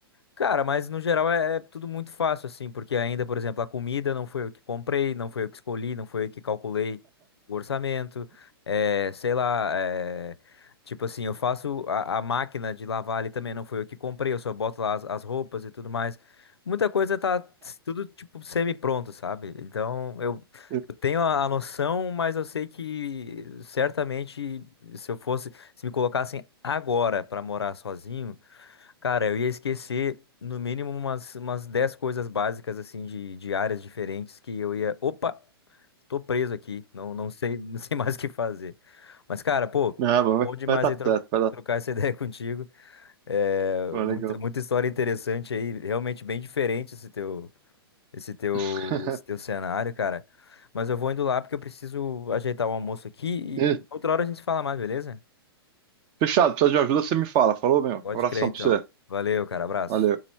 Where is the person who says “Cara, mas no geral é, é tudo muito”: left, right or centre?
Left